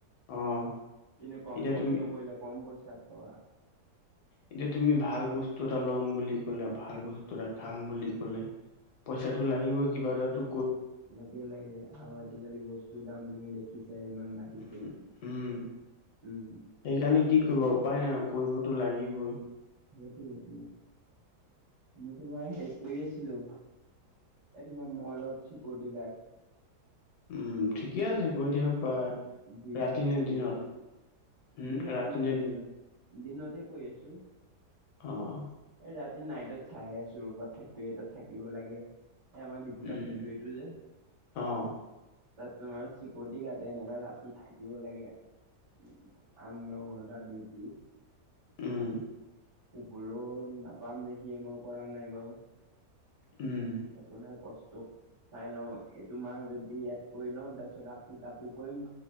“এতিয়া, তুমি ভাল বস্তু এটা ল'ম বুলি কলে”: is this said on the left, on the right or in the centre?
Left